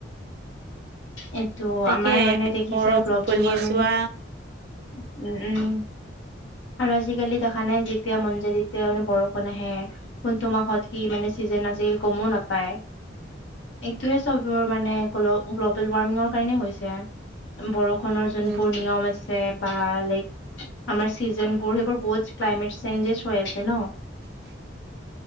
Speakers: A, on the left; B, on the right.
A: এইটো
B: তাকে
A: আমাৰ মানে দেখিছে
B: বৰফ
A: গ্ল'বেল
B: গলি
A: ৱাৰ্মিং
B: যোৱা
A: উ উম। আৰু আজিকালি দেখা নাই যেতিয়া মন যায় তেতিয়া মানে বৰষুণ আহে। কোনটো মাহত কি মানে চিজন আছিল গমো নাপায়।
B: <inaudible>
A: এইটোৱে চবৰ মানে গলোঁ গ্ল'বেল ৱাৰ্মিঙৰ কাৰণে হৈছে। বৰষুণৰ যোনবোৰ
B: উম
A: নিয়ম আ ছে বা লাইক আমাৰ চিজন বোৰ সেইবোৰ বহুত ক্লাইমেট চেঞ্জেছ হৈ আছে ন।
B: <inaudible>